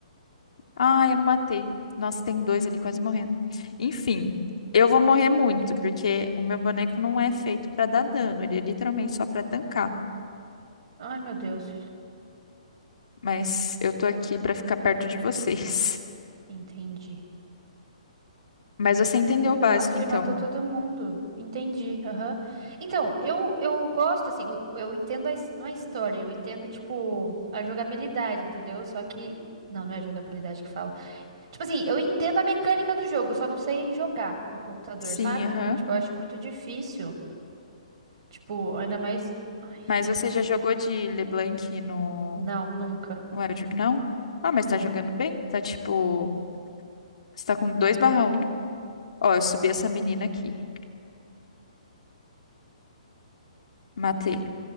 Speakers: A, on the left; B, on the right.
A: Ah, eu não matei. Nossa, tem dois ali quase morrendo. Enfim, eu vou morrer muito, porque o meu boneco não é feito pra dar dano. Ele é literalmente só pra tancar.
B: Ai, meu Deus.
A: Mas eu tô aqui pra ficar perto de vocês.
B: Entendi.
A: <laughs> Mas você entendeu o básico,
B: Nossa, ele
A: então?
B: matou todo mundo. Entendi. Aham. Então, eu, eu gosto, assim, eu, eu entendo a, his- não a história, eu entendo, tipo, a jogabilidade, entendeu? Só que. Não, não é jogabilidade que fala. Tipo assim, eu entendo a mecânica do jogo, eu só não sei jogar no computador,
A: Sim,
B: sabe?
A: aham.
B: Tipo, eu acho muito difícil. Tipo, ainda mais. Ai,
A: Mas
B: meu
A: você
B: Deus.
A: já jogou de LeBlanc no
B: Não, nunca.
A: no Wild? Não? Ah, mas
B: Não.
A: tá jogando bem? Tá tipo. Você tá com 2 barra um? Ó, eu subi essa menina aqui. Matei.